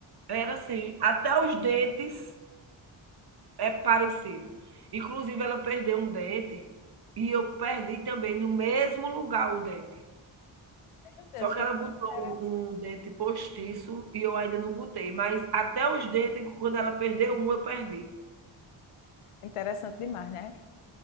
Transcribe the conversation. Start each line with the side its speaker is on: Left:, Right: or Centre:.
Right: era assim, até os dentes É parecido. Inclusive, ela perdeu um dente e eu perdi também no mesmo lugar o dente.
Left: Meu Deus,
Right: Só que
Left: que
Right: ela
Left: coisa
Right: botou
Left: interessante.
Right: um um dente postiço e eu ainda não botei, mas até os dentes, quando ela perdeu um, eu perdi.
Left: Interessante demais, né?